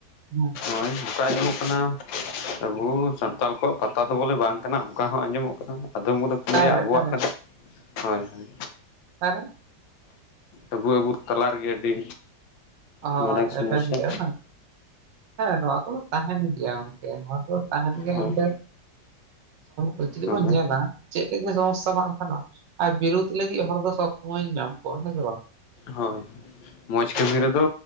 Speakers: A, on the right (about 75°); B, on the left (about 85°).
A: ᱦᱮᱸ
B: ᱦᱳᱭ ᱱᱚᱝᱠᱟ ᱟᱸᱡᱚᱢᱚᱜ ᱠᱟᱱᱟ ᱟᱵᱩ ᱥᱟᱱᱛᱟᱞ ᱠᱚᱣᱟᱜ ᱯᱟᱛᱟ ᱫᱚ ᱵᱚᱞᱮ ᱵᱟᱝ ᱠᱟᱱᱟ ᱚᱱᱠᱟ ᱦᱚᱸ ᱟᱸᱡᱚᱢᱚᱜ ᱠᱟᱱᱟ ᱟᱫᱚᱢ ᱠᱚᱫᱚ
A: ᱚᱠᱟᱨᱮ
B: ᱞᱟ. ᱭᱟ ᱟᱵᱚᱣᱟᱜ
A: ᱚᱠᱟᱨᱮ
B: ᱠᱟᱱᱟ ᱦᱳᱭ ᱦᱳᱭ
A: ᱟᱨ
B: ᱟᱵᱚ ᱟᱵᱚ ᱛᱟᱞᱟ ᱨᱮᱜᱮ ᱟᱹᱰᱤ
A: ᱦᱳᱭ
B: ᱢᱟᱨᱟᱝ ᱥᱚᱢᱚᱥᱥᱟ
A: ᱮᱯᱮᱢ ᱜᱮ ᱵᱟᱝ ᱦᱮᱸ ᱱᱚᱣᱟ ᱠᱚᱫᱚ ᱛᱟᱦᱮᱸᱱ ᱜᱮᱭᱟ ᱜᱚᱢᱠᱮ ᱱᱚᱣᱟ ᱠᱚᱫᱚ ᱛᱟᱦᱮᱸᱱ ᱜᱮᱭᱟ
B: ᱦᱳᱭ
A: ᱮᱱᱛᱮ ᱡᱩᱫᱤ
B: ᱦᱳᱭ
A: ᱵᱚᱱ ᱧᱮᱞᱟ ᱪᱮᱫ ᱡᱮ ᱥᱚᱢᱚᱥᱥᱟ ᱵᱟᱝ ᱛᱟᱦᱮᱱᱟ ᱟᱨ ᱵᱤᱨᱩᱫ ᱞᱟᱹᱜᱤᱫ ᱦᱚᱲ ᱫᱚ ᱥᱚᱵᱽ ᱥᱚᱢᱚᱭ ᱤᱧ ᱧᱟᱢ ᱠᱚᱣᱟ ᱦᱮᱸ ᱥᱮ ᱵᱟᱝ
B: ᱦᱳᱭ ᱢᱚᱡᱽ
A: ᱛᱟᱨᱯᱚᱨᱮ
B: ᱠᱟᱹᱢᱤ ᱨᱮᱫᱚ